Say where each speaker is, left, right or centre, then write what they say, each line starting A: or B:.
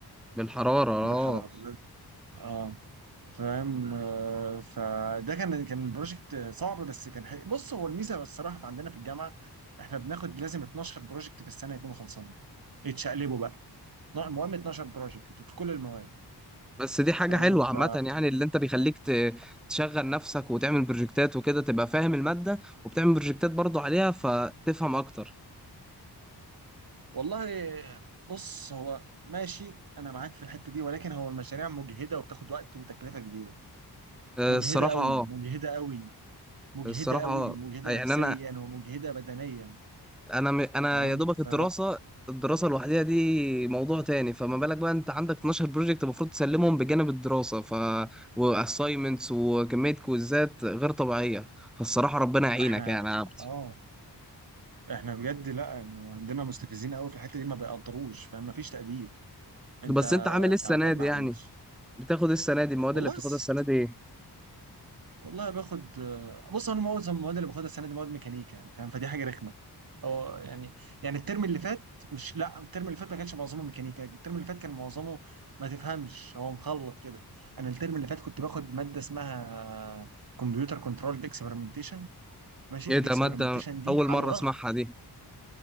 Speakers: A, in the centre; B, on the right.
A: بالحراره اه
B: بالحراره اه فاهم آه، فده كان كان بروجكت صعب بس كان حلو بص هو الميزه الصراحه في عندنا في الجامعه احنا بناخد لازم 12 بروجكت في السنه يكونوا خلصانين يتشقلبوا بقى لا، المهم 12 بروجكت في كل المواد
A: بس دي حاجة
B: فاهم
A: حلوة
B: ف
A: عامة يعني اللي انت بيخليك ت- تشغل نفسك وتعمل بروجكتات وكده تبقى فاهم المادة وبتعمل بروجكتات برضو عليها فتفهم اكتر
B: والله بص هو ماشي انا معاك في الحته دي ولكن هو المشاريع مجهده وبتاخد وقت وتكلفه كبيره
A: آه،
B: مجهده
A: الصراحة
B: قوي
A: اه
B: مجهده قوي مجهده
A: الصراحة
B: قوي
A: اه
B: ومجهده
A: يعني
B: نفسيا
A: انا
B: ومجهده بدنيا
A: انا م- انا
B: فاهم
A: يا دوبك الدراسة
B: فلا
A: الدراسة لوحدها دي موضوع تاني فما بالك بقى انت عندك 12 بروجكت المفروض تسلمهم بجانب الدراسة ف واساينمنتس وكمية كويزات غير طبيعية فالصراحة ربنا يعينك
B: احنا
A: يعني يا عبد.
B: اه احنا بجد لا عندنا مستفزين قوي في الحته دي ما بيقدروش فاهم ما فيش تقدير انت
A: بس انت عامل ايه السنة
B: تعبان
A: دي
B: معلش
A: يعني بتاخد ايه السنة دي المواد
B: والله
A: اللي بتاخدها
B: س...
A: السنة دي
B: والله باخد بص انا معظم المواد اللي باخدها السنه دي مواد ميكانيكا يعني فاهم فدي حاجه رخمه اه يعني يعني الترم اللي فات مش لا الترم اللي فات ما كانش معظمه ميكانيكا الترم اللي فات كان معظمه ما تفهمش هو مخلط كده انا الترم اللي فات كنت باخد ماده اسمها كمبيوتر كنترول اكسبيرمنتيشن ماشي
A: ايه
B: الاكسبيرمنتيشن
A: ده مادة
B: دي
A: أول مرة
B: على الرغم
A: أسمعها دي